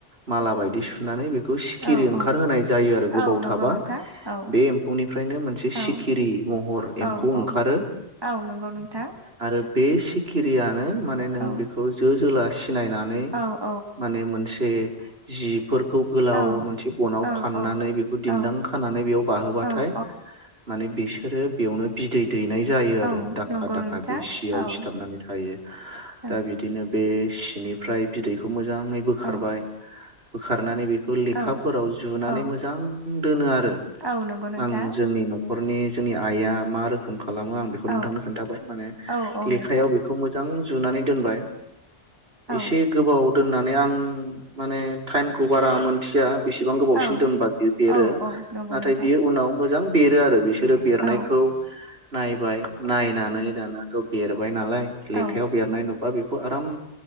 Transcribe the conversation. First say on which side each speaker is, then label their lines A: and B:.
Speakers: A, on the right (about 60°); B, on the right (about 20°).
A: माला बायदि सुनानै बेखौ सिखिरि
B: औ औ
A: ओंखारहोनाय यो आरो
B: औ
A: गोबाव
B: नंगौ
A: थाबा
B: नोंथां औ
A: बे एम्फौनिफ्रायनो मोनसे
B: औ
A: सिखिरि महर
B: औ
A: एम्फौ
B: औ
A: ओंखारो
B: औ नंगौ नोंथां
A: आरो बे सिखिरियानो माने नों
B: औ
A: बेखौ जो- जोला सिनायनानै
B: औ औ
A: माने मोनसे जिब- <unintelligible> गोलाव
B: औ
A: मोनसे गनाव
B: औ
A: <unintelligible> बेखौ दिन्दां
B: औ
A: खानानै बेयाव बाहोबाथाय,
B: औ
A: माने बिसोरो बेयावनो बिदै दैनाय जायो
B: औ
A: आरो। दाखा-
B: नंगौ
A: दाखा
B: नोंथां
A: बे सियाव
B: औ
A: सिथाबनानै थायो।
B: औ
A: दा बिदिनो बे सिनिफ्राय बिदैखौ मोजाङै बोखारबाय।
B: औ <inaudible>
A: बोखारनानै बेखौ लेखाफोराव
B: औ
A: जुनानै
B: औ
A: मोजां दोनो आरो। <unintelligible>
B: औ नंगौ नोंथां
A: आं जोंनि न'खरनि जोंनि आइआ मा रोखोम खालामो आं बेखौ
B: औ
A: नोंथांनो खोन्थाबाय। माने
B: औ औ
A: लेखायाव
B: नोंथां
A: बेखौ मोजां जुनानै दोनबाय।
B: औ
A: एसे गोबाव दोननानै। आं माने टाइमखौ बारा मोनथिया बेसे बेसेबां गोबावसिन
B: औ
A: दोनबा बियो बेरो।
B: औ औ नंगौ
A: नाथाय
B: नोंथां
A: बियो उनाव मोजां बेरो आरो बिस- <unintelligible> बेरनायखौ
B: औ
A: नायबाय। नायनानै दानाथ' बेरबाय नालाय,
B: औ
A: लेखायाव बेरनाय नुबा बेखौ आराम